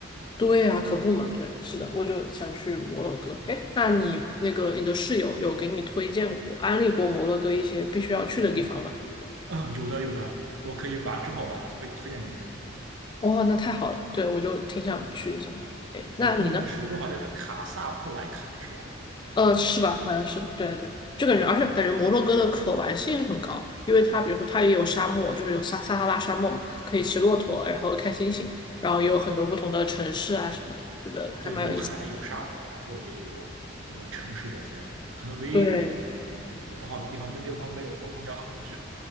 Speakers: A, on the left; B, on the right.
A: 对呀，可不嘛，对，是的，我就想去摩洛哥。哎，那你那个你的室友有给你推荐过、安利过摩洛哥一些必须要去的地方吗？
B: 嗯，有的有的，我可以把之后把它推推荐给你。
A: 哦，那太好了，对，我就挺想去一下的。哎，
B: 对，
A: 那你呢？
B: 他们的首都好像叫卡萨布莱卡，是吧？我记得是。
A: 呃，是吧？好像是，对对，就感觉，而且感觉摩洛哥的可玩性很高，因为它比如说它也有沙漠，就是有撒撒哈拉沙漠嘛，可以骑骆驼，然后看星星，然后也有很多不同的城市啊什么的，觉得还蛮有意思。
B: 对，有海，有沙漠，然后也有比如说城市这些。可能唯一的对不不好的地方，
A: 对，
B: 那地方没有公共交通工具，